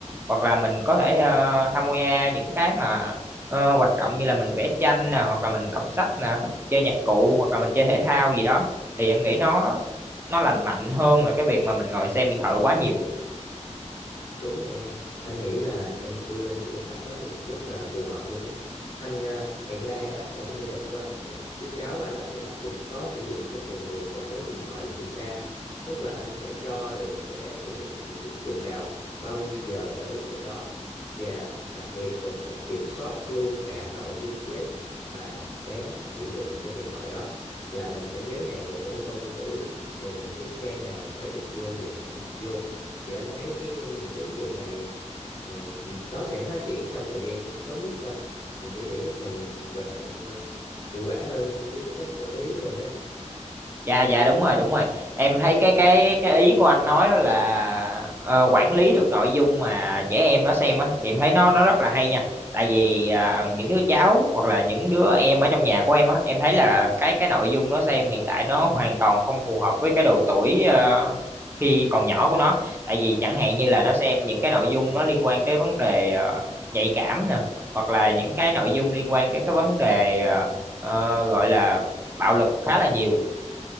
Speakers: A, on the right; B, on the left.
A: hoặc là mình có thể ờ, tham gia những cái mà ờ, hoạt động như là mình vẽ tranh nè hoặc là mình đọc sách nè chơi nhạc cụ hoặc là mình chơi thể thao gì đó thì em nghĩ nó nó lành mạnh hơn là cái việc mà mình ngồi xem điện thoại quá nhiều
B: đúng rồi em anh nghĩ là em đưa ra những giải pháp đó thì rất là phù hợp luôn đó anh à, hiện nay á, ở trong gia đình của anh các đứa cháu anh á, thì anh cũng có sử dụng một cái phần mềm quản lý điện thoại từ xa tức là anh sẽ cho được bé sử dụng những ứng dụng nào bao nhiêu giờ cho ứng dụng đó và đặc biệt mình sẽ kiểm soát luôn cả nội dung web mà bé sử dụng trên điện thoại đó là mình sẽ giới hạn độ tuổi bao nhiêu tuổi và những cái trang nào bé được vô và không được vô thì anh thấy cái những cái ứng dụng này ờ, nó sẽ phát triển trong thời gian sớm nhất thôi để để giúp mình hoạt động ờ, hiệu quả hơn với cái cách quản lý của mình đấy em
A: dạ dạ đúng rồi đúng rồi em thấy cái cái cái ý của anh nói đó là ờ, quản lý được nội dung mà trẻ em nó xem á thì em thấy nó nó rất là hay nha tại vì à, những đứa cháu hoặc là những đứa em ở trong nhà của em á em thấy là cái cái nội dung nó xem hiện tại nó hoàn toàn không phù hợp với cái độ tuổi ờ, khi còn nhỏ của nó tại vì chẳng hạn như là
B: ừ,
A: nó xem những cái nội dung nó liên quan tới vấn đề ờ, nhạy cảm nè hoặc là những cái nội dung liên quan tới cái vấn đề ờ, ờ, gọi là bạo lực khá là nhiều